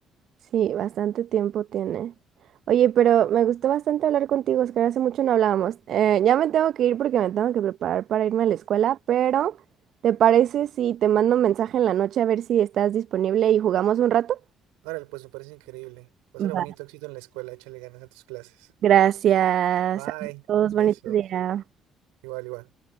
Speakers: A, on the right (about 60°); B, on the right (about 75°).
A: Sí, bastante tiempo tiene. Oye, pero me gustó bastante hablar contigo, Oscar. Hace mucho no hablábamos. Eh, ya me tengo que ir porque me tengo que preparar para irme a la escuela, pero ¿te parece si te mando un mensaje en la noche a ver si estás disponible y jugamos un rato?
B: Ahora, pues me parece increíble. Pásale
A: Va,
B: bonito, éxito en la escuela, échale ganas a tus clases.
A: gracias.
B: Bye,
A: todos,
B: besos.
A: bonitos días.
B: Igual, igual.